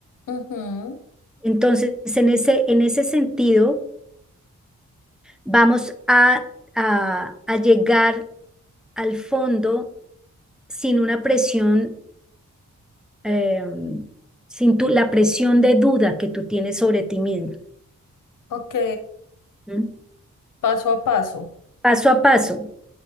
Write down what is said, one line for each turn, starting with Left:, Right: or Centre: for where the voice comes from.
Left: Ujú,
Centre: Entonces, en ese, en ese sentido, vamos a, a, a llegar al fondo sin una presión eh, sin tu, la presión de duda que tú tienes sobre ti mismo,
Left: Ok,
Centre: ¿m?
Left: paso a paso.
Centre: Paso a paso.